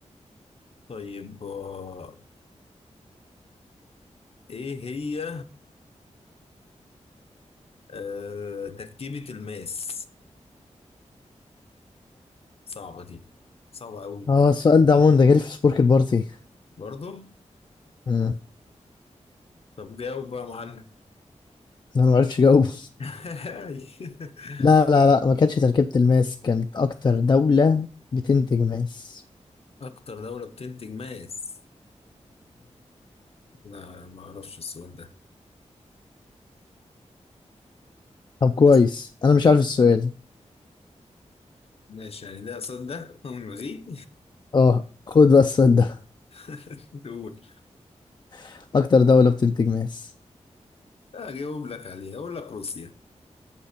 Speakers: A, on the left; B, on the left.
A: طيب آه، ايه هي آه، تركيبة الماس صعبة دي صعبة قوي
B: اه السؤال ده عموما ده جالي في سبورك البارتي
A: برضو
B: مم.
A: طب جاوب بقى يا معلم
B: انا ما عرفش اجاوبه
A: <laughs>
B: لا لا لا ما كانتش تركيبة الماس كانت اكتر دولة بتنتج ماس
A: اكتر دولة بتنتج ماس لا ما اعرفش السؤال ده
B: طب كويس
A: بس
B: انا مش عارف السؤال
A: ماشي يعني ده سؤال ده ونلغيه
B: اه خد بقى السؤال ده
A: <laughs> تقول
B: <laughs> اكتر دولة بتنتج ماس
A: اجاوب لك عليه اقول لك روسيا